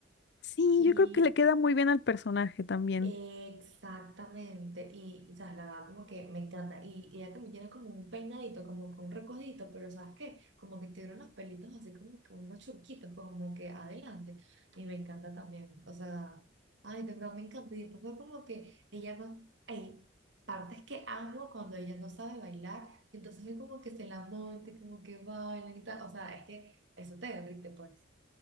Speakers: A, on the left (about 60°); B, on the right (about 70°).
A: Sí,
B: Y
A: yo creo que le queda muy bien al personaje también.
B: Exactamente, y, y, sabes, la verdad como que me encanta, y, y ella también tiene como un peinadito, como que un recogidito, pero ¿sabes qué? Como que tiene unos pelitos así como que unos churquitos, pues, como que adelante, y me encanta también, o sea, ay, de verdad me encanta, y después fue como que ella no, hay partes que amo cuando ella no sabe bailar, y entonces es como que se la monte, como que baila y tal, o sea, es que eso te derrite, pues.